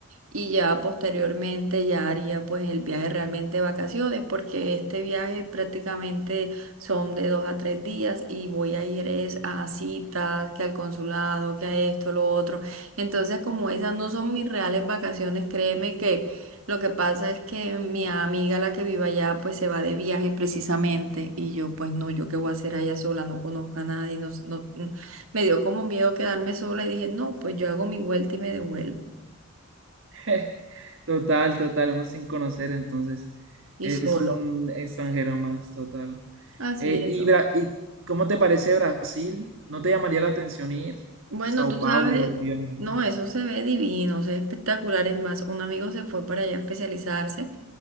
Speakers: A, on the right; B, on the right.
A: y ya posteriormente ya haría pues el viaje realmente de vacaciones porque este viaje prácticamente son de dos a tres días y voy a ir es a citas, que al consulado, que a esto, lo otro. Entonces como esas no son mis reales vacaciones, créeme que lo que pasa es que mi amiga la que vive allá pues se va de viaje precisamente y yo pues no, yo qué voy a hacer allá sola, no conozco a nadie, no, no, no. me dio como miedo quedarme sola y dije no, pues yo hago mi vuelta y me devuelvo
B: <laughs> Total, total, uno sin conocer, entonces
A: y
B: es
A: solo.
B: un extranjero más, total.
A: Así
B: Eh, y,
A: es. ¿no?
B: Bra- ¿y cómo te parece Brasil? ¿No te llamaría la atención ir?
A: Bueno,
B: Sao
A: tú
B: Paulo,
A: sabes,
B: Río de Janeiro.
A: no, eso se ve divino, se ve espectacular. Es más, un amigo se fue para allá a especializarse,